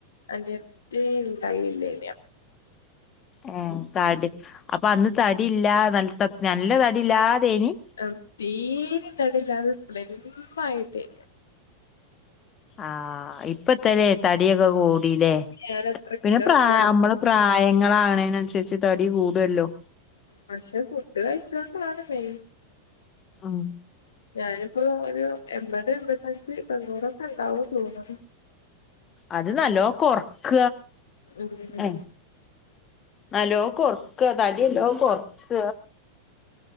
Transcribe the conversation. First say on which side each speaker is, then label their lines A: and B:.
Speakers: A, on the left (about 70°); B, on the left (about 25°).
A: അനിയത്തി ഉണ്ടായില്ലേന്ൻ
B: അഹ് തടി അപ്പ അന്ന് തടിയില്ല ന നല്ല തടില്ല തേനി
A: ആഹ് തീരെ തടില്ലാതെ സ്ലിംമായിട്ടേ
B: ആഹ് ഇപ്പത്തല്ലേ തടിയൊക്കെ കൂടില്ലേ
A: ഞാൻ എത്ര
B: പിന്നെ
A: കിലോ
B: പ്ര
A: ഉണ്ടായിരുന്നു
B: നമ്മള് പ്രായങ്ങളാണേന്നുസരിച്ച് തടി കൂടുല്ലോ
A: പക്ഷെ ഫുഡ് കഴിച്ചൊണ്ടാണ് മെയിൻ
B: ആഹ്
A: ഞാനിപ്പോ ഒരു എൺപത് എൺമ്പത്തഞ്ച് തോണ്ണൂറൊക്കെ ഉണ്ടാവോ തോന്നത്
B: അത് നല്ലോ കൊറക്ക
A: ഉം
B: ഏഹ് നല്ലോ കൊറക്ക തടി നല്ലോ കൊറക്ക